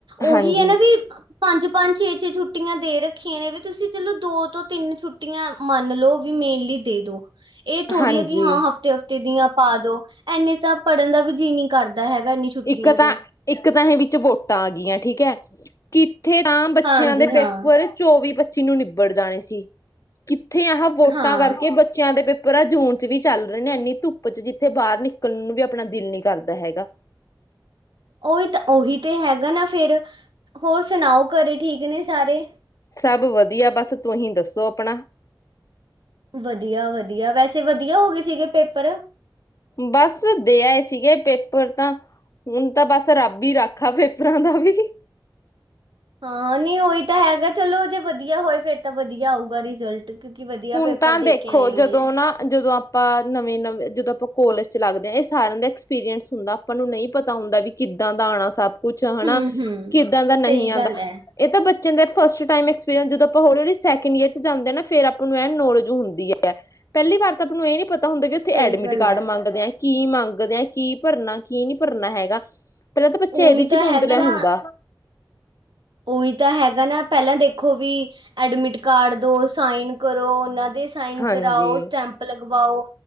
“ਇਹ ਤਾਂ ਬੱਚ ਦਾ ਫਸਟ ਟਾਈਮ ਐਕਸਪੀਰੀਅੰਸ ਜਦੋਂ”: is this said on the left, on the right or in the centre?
Left